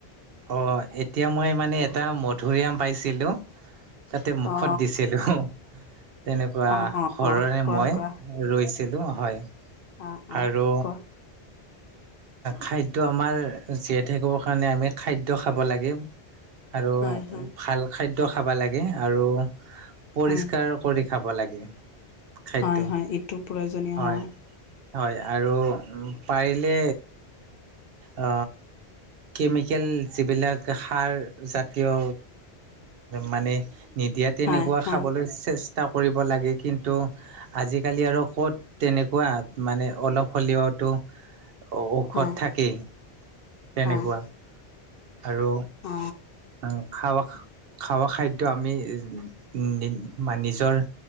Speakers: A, on the right; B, on the left.
A: অ এতিয়া মই মানে এতিয়া মধুৰিআম পাইছিলোঁ তাতে মুখত
B: অ
A: দিছিলোঁ। তেনেকুৱা
B: অ অ
A: ঘৰৰে
B: অ কোৱা
A: মই
B: কোৱা
A: ৰৈছিলো হয়।
B: অ অ
A: আৰু
B: ক?
A: খাদ্য আমাৰ জীয়াই থাকিবৰ কাৰণে আমি খাদ্য খাব লাগে। আৰু
B: হয় হয়
A: ভাল খাদ্য খাবা লাগে আৰু পৰিষ্কাৰ
B: হয়
A: কৰি খাব লাগে। খাদ্য।
B: হয় হয় এইটো প্ৰয়োজনীয়
A: হয়
B: অ।
A: হয় আৰু পাৰিলে আ কেমিকেল যিবিলাক সাৰ জাতীয় মানে নিদিয়া তেনেকুৱা
B: হয় হয়
A: খাবলৈ চেষ্ট টা কৰিব লাগে কিন্তু আজিকালি আৰু ক'ত তেনেকুৱা মানে অলপ হলেও টো ঔষধ
B: হয়
A: থাকেই তেনেকুৱা।
B: হয় হয়
A: আৰু,
B: অ
A: উম খাব খা খাৱা খাদ্য আমি নিজৰ